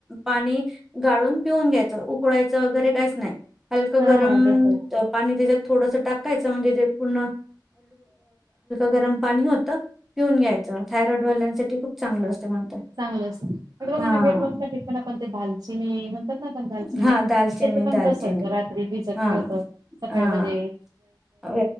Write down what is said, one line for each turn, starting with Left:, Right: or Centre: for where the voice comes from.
Centre: पाणी गाळून पिऊन घ्यायचं उकडळायचं वगैरे काहीच नाही हलक
Right: हा
Centre: गरम
Right: तसच
Centre: त पाणी त्याच्यात थोडस टाकायच म्हणजे ते पूर्ण गरम पाणी होत पिऊन घ्यायचं थाॅयराइडवाल्यांसाठी खूप चांगल असतं. म्हणतात.
Right: चांगलच बघा
Centre: हां,
Right: ना वेटलाॅसाठी पण आपण ते दालचिनी म्हणतात ना पण दालचिनी
Centre: हां. दालचिनी,
Right: पण
Centre: दालचिनी.
Right: तसच रात्री भिजत
Centre: हां,
Right: ठेवतो. सकाळी
Centre: हां. अ,